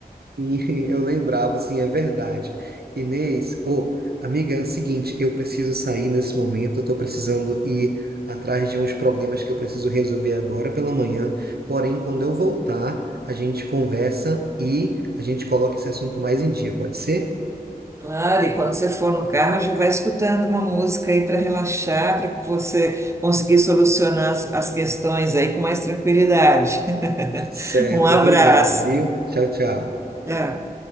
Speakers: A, on the right; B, on the right.
A: Sim, <laughs> eu lembrava, sim, é verdade. Inês, ô, amiga, é o seguinte, eu preciso sair nesse momento, eu tô precisando ir atrás de uns problemas que eu preciso resolver agora pela manhã. Porém, quando eu voltar, a gente conversa e a gente coloca esse assunto mais em dia, pode ser?
B: Claro, e quando você for no carro, já vai escutando uma música aí para relaxar, para você conseguir solucionar as, as questões aí com mais tranquilidade.
A: Tá
B: <laughs>
A: certo,
B: Um abraço.
A: obrigado, viu? Tchau, tchau.
B: Tchau.